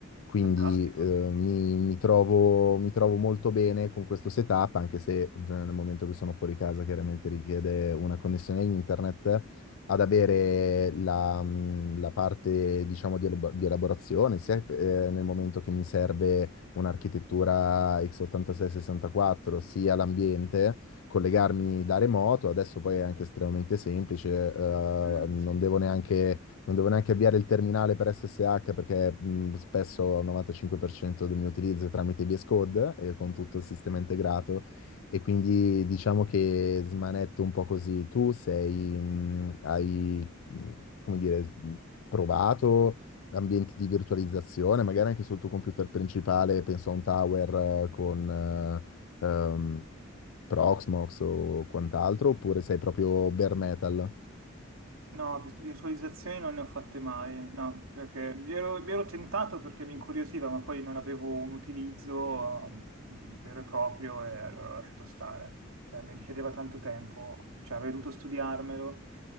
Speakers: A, on the left; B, on the right.
A: Quindi
B: Fantastico.
A: eh, mi, mi trovo, mi trovo molto bene con questo setup, anche se eh, nel momento che sono fuori casa chiaramente richiede una connessione internet, ad avere la, mh, la parte, diciamo, di, elab- di elaborazione, sia eh, nel momento che mi serve un'architettura x86-64, sia l'ambiente, collegarmi da remoto, adesso poi è anche estremamente semplice, eh,
B: Mm,
A: non
B: sì.
A: devo neanche, non devo neanche avviare il terminale per SSH perché mh, spesso il 95% del mio utilizzo è tramite VS Code e con tutto il sistema integrato e quindi diciamo che smanetto un po' così. Tu sei, mh, hai, mh, come dire, mh, provato ambienti di virtualizzazione, magari anche sul tuo computer principale, penso a un tower eh, con eh, ehm, Proxmox o quant'altro, oppure sei proprio bare metal?
B: No, vi- virtualizzazioni non ne ho fatte mai, no, perché mi ero, mi ero tentato perché mi incuriosiva, ma poi non avevo un utilizzo mm, vero e proprio e allora ho lasciato stare. Cioè, mi richiedeva tanto tempo, cioè avrei dovuto studiarmelo,